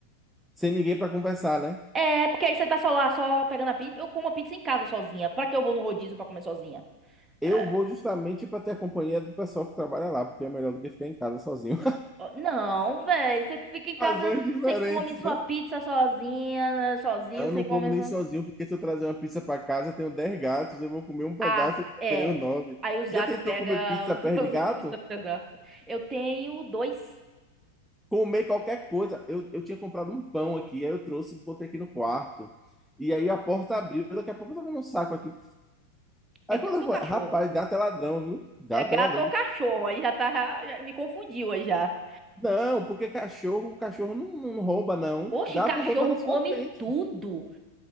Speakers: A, in the centre; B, on the right.
A: sem ninguém para conversar, né?
B: É, porque aí você tá só lá, só pegando a pizza. Eu como a pizza em casa sozinha. Pra que eu vou no rodízio pra comer sozinha?
A: Eu
B: É,
A: vou justamente para ter a companhia do pessoal que trabalha lá, porque é melhor do que ficar em casa sozinho.
B: ó, não, velho. Você fica
A: <laughs>
B: em casa,
A: Razões diferentes,
B: você come sua
A: né?
B: pizza sozinha, né, sozinho,
A: Eu
B: você
A: não
B: come.
A: como nem sozinho, porque se eu trazer uma pizza para casa, eu tenho 10 gatos, eu vou comer um pedaço
B: Ah,
A: e vou
B: é.
A: querer os 9.
B: Aí os
A: Você
B: gatos
A: já tentou
B: pegam
A: comer pizza
B: os,
A: perto
B: <laughs> os
A: de gato?
B: outros pedaços. Eu tenho dois.
A: Comer qualquer coisa. Eu, eu tinha comprado um pão aqui, aí eu trouxe e botei aqui no quarto. E aí a porta abriu, daqui a pouco eu tava vendo um saco aqui. Aí
B: É gato
A: quando eu
B: ou
A: falei,
B: cachorro?
A: rapaz, gato é ladrão, viu? Gato
B: É gato
A: é ladrão.
B: ou cachorro? Aí já tá, já, já me confundiu aí já.
A: Não, porque cachorro, cachorro não, não rouba, não.
B: Oxe,
A: Gato
B: cachorro
A: rouba na
B: come
A: sua frente.
B: tudo.